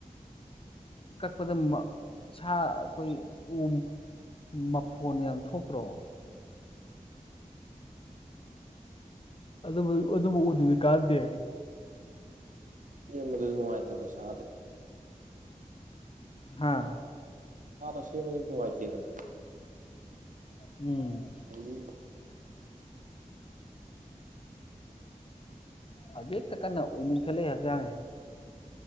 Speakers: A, on the left; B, on the right.
A: ꯀꯛꯄꯗ <inaudible> ꯁꯥ ꯑꯩꯈꯣꯏ ꯎ ꯃꯐꯣꯟ ꯌꯥꯝ ꯊꯣꯛꯄ꯭ꯔꯣ
B: ꯎꯝ
A: ꯑꯗꯨꯕꯨ ꯑꯗꯨꯕꯨ ꯎꯗꯨꯗꯤ ꯀꯥꯟꯗꯦ
B: ꯁꯦꯝꯕꯥꯗꯁꯨ ꯅꯨꯡꯉꯥꯏꯇꯕ ꯁꯥꯗꯣ
A: ꯍꯥꯥ
B: ꯍ ꯔ ꯁꯤ ꯃꯅꯨꯡꯉꯥꯏꯇꯤ ꯑꯗꯨꯅ <inaudible>
A: ꯎꯝ
B: ꯑꯗꯒꯤ
A: ꯍꯧꯖꯤꯛꯇ ꯀꯟꯅ ꯑꯨꯏꯅꯤꯡꯈꯠꯂꯛꯏ ꯍꯛꯆꯥꯡꯁꯦ